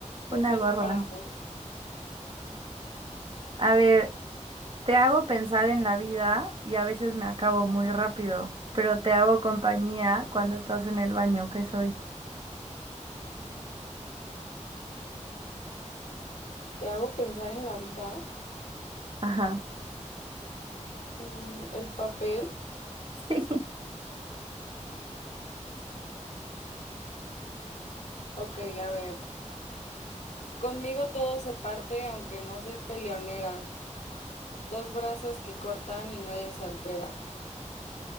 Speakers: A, on the left (about 65°); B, on the right (about 40°).
A: Funciona
B: una gorra.
A: para ambos.
B: A ver, te hago pensar en la vida y a veces me acabo muy rápido, pero te hago compañía cuando estás en el baño, ¿qué soy?
A: Te hago pensar en la vida.
B: Ajá. <laughs>
A: Mm, el papel.
B: Sí.
A: Ok, a ver. Conmigo todo se parte, aunque no soy peleonera. Dos brazos que cortan y nadie se altera.